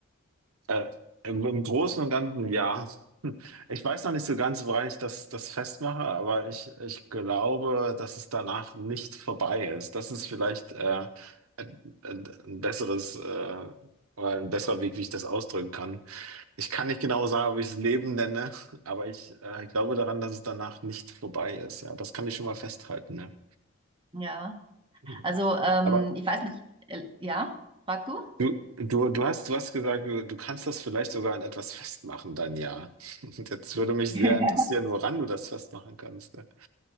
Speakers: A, on the right (about 80°); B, on the right (about 25°).
A: Äh, im, im Großen und Ganzen ja. <laughs> Hm. Ich weiß noch nicht so ganz, woran ich das, das festmache, aber ich, ich glaube, dass es danach nicht vorbei ist. Das ist vielleicht äh, ein, ein ein besseres, äh, oder ein besserer Weg, wie ich das ausdrücken kann. Ich kann nicht genau sagen, ob ich es Leben nenne, aber ich äh, glaube daran, dass es danach nicht vorbei ist. Ja, das kann ich schon mal festhalten. Ne?
B: Ja.
A: Mhm.
B: Also ähm,
A: Aber
B: ich weiß nicht, äh, ja, frag du?
A: du, du, du hast, du hast gesagt, du, du kannst das vielleicht sogar an etwas festmachen, dein Jahr. <laughs> Und Jetzt würde mich sehr
B: <laughs>
A: interessieren, woran du das festmachen kannst. Ne?